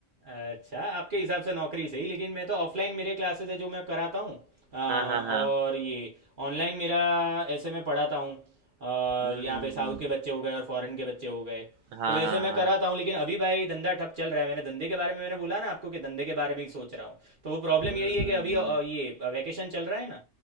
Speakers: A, on the right; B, on the right.
A: अच्छा आपके हिसाब से नौकरी सही लेकिन मैं तो ऑफलाइन मेरे क्लासेस है जो मैं कराता हूँ अ, और
B: हाँ हाँ हाँ
A: ये ऑनलाइन मेरा ऐसे मैं पढ़ाता हूँ अ,
B: हम्म
A: यहाँ
B: हम्म
A: पे साउथ
B: हम्म
A: के बच्चे हो गए और फॉरेन के बच्चे हो गए
B: हाँ
A: तो वैसे
B: हाँ
A: मैं
B: हाँ
A: कराता हूँ लेकिन अभी भाई धंधा ठप चल रहा है मैंने धंधे के बारे में मैंने बोला ना आपको कि धंधे के बारे में ही सोच रहा हूँ तो वो प्रॉब्लम
B: हम्म
A: यही है
B: हम्म
A: कि अभी
B: हम्म
A: अ, ये वैकेशन चल रहा है ना